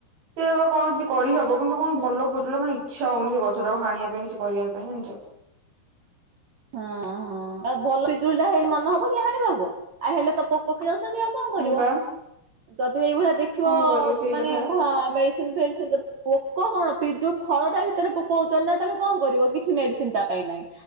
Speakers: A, on the right; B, on the right.
A: ସେ ଏବେ କଣ ଯଦି କରିହବ କିନ୍ତୁ କଣ ଭଲ ପିଜୁଳି ମାନେ ଇଚ୍ଛା ହଉନି ସେ ଗଛ ଟାକୁ ହାଣିଆପାଇଁ କିଛି କରିବା ପାଇଁ ଜାଣିଛ।
B: ହଁ ହଁ ଆଉ ଭଲ ବିିଜୁଳି ଟା ହେଲେ ମନ ହବ କି ହାଣିବାକୁ ଆ ହେଲେ ତ ପୋକ ଖା ଯାଉଛନ୍ତି ଆଉ। କଣ କରିବ
A: ମୁଁ ବା
B: ଯଦି ଏଇଭଳିଆ ଦେଖିବ
A: କଣ କରିବ ସେଇ
B: ମାନେ
A: କଥା
B: କହ ମେଡିସିନ୍ ଫେଡିସିନ୍ ଯ ପୋକ କଣ ପିଜ ଯୋଉ ଫଳ ଟା ଭିତରେ ପୋକ ହଉଚ ନା ତମେ କଣ କରିବ କିଛି ମେଡିସିନ ତା ପାଇଁ ନାଇଁ।